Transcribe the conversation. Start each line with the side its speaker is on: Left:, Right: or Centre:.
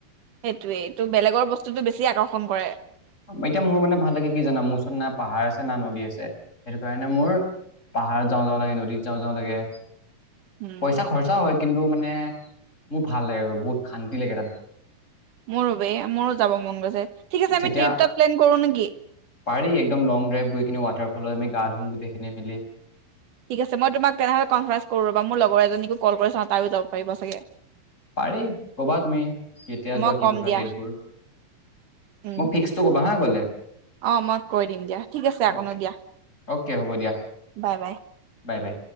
Right: সেইটোয়েইটো, বেলেগৰ বস্তুটো বেছি আকৰ্ষণ কৰে।
Left: এতিয়া মোৰ মানে ভাল লাগে কি জানা? মোৰ ওচৰত না পাহাৰ আছে না নদী আছে। সেইটোৰ কাৰণে মোৰ পাহাৰত যাওঁ যাওঁ লাগে, নদীত যাওঁ যাওঁ লাগে।
Right: উম
Left: পইচা খৰচা হয়। কিন্তু মানে মোৰ ভাল লাগে, বহুত শান্তি লাগে তাত।
Right: মোৰো বে মোৰো যাব মন গৈছে ঠিক আছে
Left: যেতিয়া,
Right: আমি ট্ৰিপ এটা প্লেন কৰো নেকি
Left: পাৰি একদম লং ড্ৰাইভ গৈ কিনে ৱাটাৰ পুলত আমি গা ধুম, গোটেইখিনিয়ে মিলি।
Right: ঠিক আছে। মই তোমাক তেনেহ'লে কনফাৰেঞ্চ কৰো ৰ'বা। মোৰ লগৰ এজনীকো কল কৰি চাওঁ, তাইয়ো যাব পাৰিব চাগে।
Left: পাৰি, ক'বা তুমি! কেতিয়া যোৱা,
Right: মই
Left: কি
Right: কম
Left: কথা
Right: দিয়া
Left: ডেটবোৰ।
Right: উম
Left: মোক ফিক্সটো ক'বা হা গ'লে।
Right: অ', মই কৈ দিম দিয়া। ঠিক আছে, আকনো
Left: অ'কে
Right: দিয়া।
Left: অকে, হ'ব দিয়া।
Right: Bye bye.
Left: Bye bye.